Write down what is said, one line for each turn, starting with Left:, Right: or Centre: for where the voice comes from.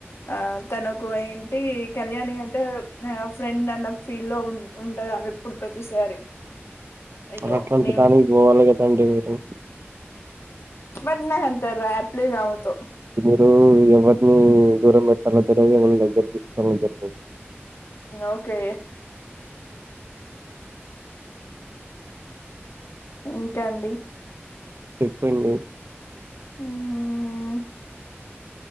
Left: ఆ తనకు ఏంటి కళ్యాణి అంటే ఫ్రెండ్ అన్న ఫీల్ లో ఉ ఉంటదామె ఎప్పుడు ప్రతిసారి అయ్యో
Right: అలా అట్లాంటి
Left: నేమ్
Right: దానికి పోవాలి కదాండి మీరు
Left: బట్ నగంత్ రాప్లీ రావ తొ
Right: ఇప్పుడూ ఎవరినీ దూరం పెట్టాలో తెల్వదు ఎవరిని దగ్గర తీసుకోల తెల్వద్
Left: ఓకే ఇంక అండి
Right: చెప్పండి
Left: మ్